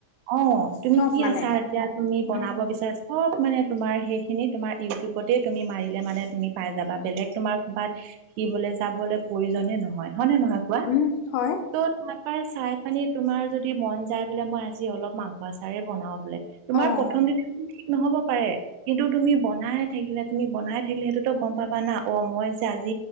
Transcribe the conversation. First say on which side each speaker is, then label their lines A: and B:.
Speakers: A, on the right (about 85°); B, on the left (about 85°).
A: অ তুমি
B: চব
A: কি
B: মানে।
A: আচাৰ এতিয়া তুমি বনাব
B: উম,
A: বিচাছ- সব মানে তোমাৰ সেইখিনি তোমাৰ ইউটিউবতে তুমি মাৰি লে মানে তুমি পাই যাবা বেলেগ তোমাৰ কবাত শিকিবলৈ যাবলৈ প্ৰয়োজনে নহয়। হয়নে নহয় কোৱা?
B: উম, হয়
A: ত' ত- তাৰ চাই পানী তোমাৰ যদি মন যায় বোলে মই আজি অলপ মাংস আচাৰে বনাওঁ বোলে। তোমাৰ
B: অ',
A: প্ৰথম দিনা ঠিক নহব পাৰে কিন্তু তুমি বনাই থাকিলে তুমি বনাই থাকিলে সেইটোতো গম পাবা না। অ মই যে আজি